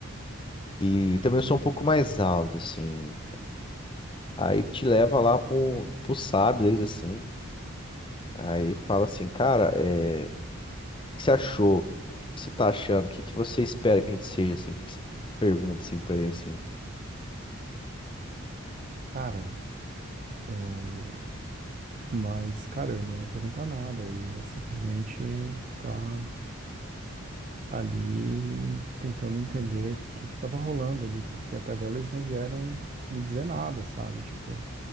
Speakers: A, on the left; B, on the right.
A: E também são um pouco mais altos, assim. Aí te leva lá pro, pro sábio deles, assim. Aí fala assim, cara, é. que você achou? O que que você tá achando? O que que você espera que a gente seja, assim? O que que você pergunta, assim, pra ele, assim?
B: Cara, eh, Mas, cara, eu não ia perguntar nada, eu ia simplesmente ficar ali tentando entender o que que tava rolando ali, porque até agora eles não vieram me dizer nada, sabe? Tipo,